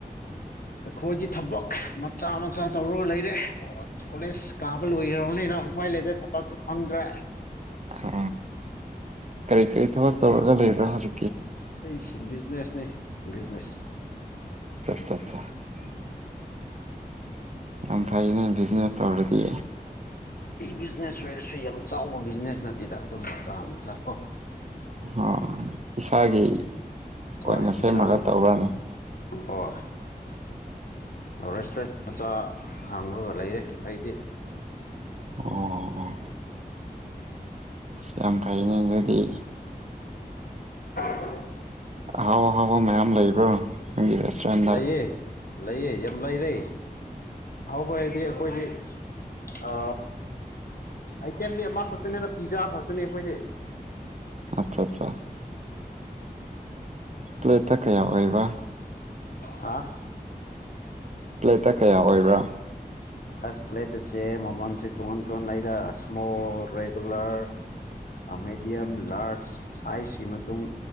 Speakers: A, on the left; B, on the right.
A: ꯑꯩꯈꯣꯏꯒꯤ ꯊꯕꯛ ꯃꯆꯥ ꯃꯆꯥ ꯇꯧꯔꯒ ꯂꯩꯔꯦ ꯀꯣꯂꯦꯖ ꯀꯥꯕ ꯂꯣꯏꯈ꯭ꯔꯕꯅꯤꯅ ꯍꯃꯥꯏ ꯂꯩꯇ ꯊꯕꯛꯁꯨ ꯐꯪꯗ꯭ꯔꯦ
B: ꯎ ꯀꯔꯤ ꯀꯔꯤ ꯊꯕꯛ ꯇꯧꯔꯒ ꯂꯩꯕ꯭ꯔꯥ ꯍꯧꯖꯤꯛ
A: ꯁꯤ ꯕꯤꯖꯤꯅꯦꯁꯅꯦ ꯕꯤꯖꯤꯅꯦꯁ
B: ꯆꯠ ꯆꯠ
A: ꯎꯝ
B: ꯆꯥ
A: ꯎꯝ
B: ꯌꯥꯝ ꯐꯩꯅꯦ ꯕꯤꯖꯤꯅꯦꯁ ꯇꯧꯔꯗꯤ
A: ꯕꯤꯖꯤꯅꯦꯁ ꯑꯣꯏꯔꯁꯨ ꯌꯥꯝ ꯆꯥꯎꯕ ꯕꯤꯖꯤꯅꯦꯁ ꯅꯠꯇꯦꯗ ꯑꯗꯨꯝ ꯃꯆꯥ ꯑꯃ ꯆꯥꯈꯣ
B: ꯍ ꯏꯁꯥꯒꯤ ꯑꯣꯏꯅ
A: ꯍꯣꯏ
B: ꯁꯦꯝꯃꯒ
A: ꯏꯁꯥꯒꯤ
B: ꯇꯧꯔꯅꯤ <inaudible>
A: ꯍꯣꯏ ꯔꯦꯁꯇꯨꯔꯦꯟ ꯃꯆꯥ ꯍꯥꯡꯉꯒ ꯂꯩꯔꯦ ꯑꯩꯗꯤ
B: ꯑꯣ ꯌꯥꯝ ꯐꯩꯅꯦ ꯑꯗꯨꯗꯤ
A: <inaudible>
B: ꯍꯥꯎ ꯍꯥꯎ ꯃꯌꯥꯝꯌꯥꯝ ꯂꯩꯕ꯭ꯔꯣ ꯅꯪꯒꯤ ꯔꯦꯁꯇꯨꯔꯦꯟꯗ
A: ꯂꯩꯑ ꯂꯩꯑꯦ ꯌꯥꯝ ꯂꯩꯔꯦ ꯑꯍꯥꯎꯕ ꯍꯥꯏꯗꯤ ꯑꯩꯈꯣꯏꯗꯤ ꯑ ꯑꯥꯏꯇꯦꯝꯗꯤ ꯑꯃꯈꯛꯇꯅꯦꯗ ꯄꯤꯖꯥ ꯈꯛꯇꯅꯦ ꯑꯩꯈꯣꯏꯗꯤ
B: ꯑꯠꯆꯥ ꯑꯠꯆꯥ ꯄ꯭ꯂꯦꯠꯇ ꯀꯌꯥ ꯑꯣꯏꯕ
A: ꯍꯥꯥ
B: ꯄ꯭ꯂꯦꯠꯇ ꯀꯌꯥ ꯑꯣꯏꯕ꯭ꯔꯥ
A: ꯐꯁ ꯄ꯭ꯂꯦꯠꯁꯦ ꯃꯃꯜꯁꯦ ꯇꯣꯉꯥꯟ ꯇꯣꯉꯥꯟꯂꯗ ꯏꯁꯃꯣ ꯔꯦꯒꯨꯂꯔ ꯃꯦꯗꯤꯌꯝ ꯂꯥꯔꯖ ꯁꯥꯏꯖꯀꯤ ꯃꯇꯨꯡ